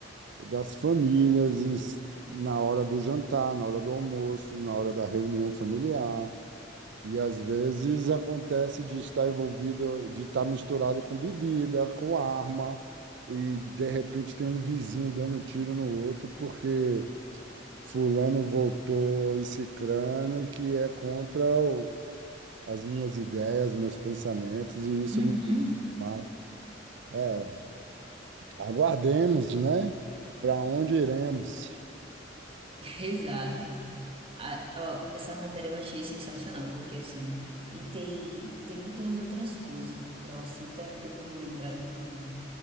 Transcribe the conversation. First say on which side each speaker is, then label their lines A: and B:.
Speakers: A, on the right; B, on the right.
A: das famílias, em si, na hora do jantar, na hora do almoço, na hora da reunião familiar. E às vezes acontece de estar envolvido, de estar misturado com bebida, com arma, e de repente tem um vizinho dando tiro no outro porque fulano voltou e cicrano que é contra o as minhas ideias, meus pensamentos, e isso
B: Uhum.
A: não mas, é, aguardemos, né? Para onde iremos?
B: <laughs> Exato. A- ó, essa matéria eu achei sensacional, porque assim, e tem, tem muitas outras coisas, porque ela cita, eu não vou lembrar de tudo,